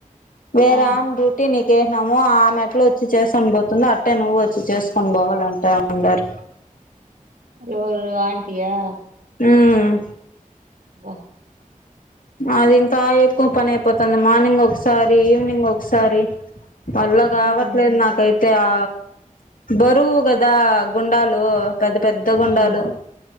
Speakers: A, on the left; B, on the right.
A: వేరామ్
B: ఆ
A: డ్యూటీ నే చేసినాము. ఆమెట్ల ఒచ్చి చేస్కోన్ పోతుందో అట్టే నువ్వొచ్చి చేస్కొన్ పోవాలంట అందరు
B: అల్లోవరు ఆంటీ ఆ
A: హ్మ్
B: వ
A: అది ఇంకా ఎక్కో పని అయిపోతాంది మార్నింగ్ ఒక్సారి ఈవినింగ్ ఒక్సారి మళ్ళ కావట్లేద్
B: ఉమ్
A: నాకైతే ఆ బరువు కదా గుండాలు పెద్ద పెద్ద గుండాలు
B: ఉమ్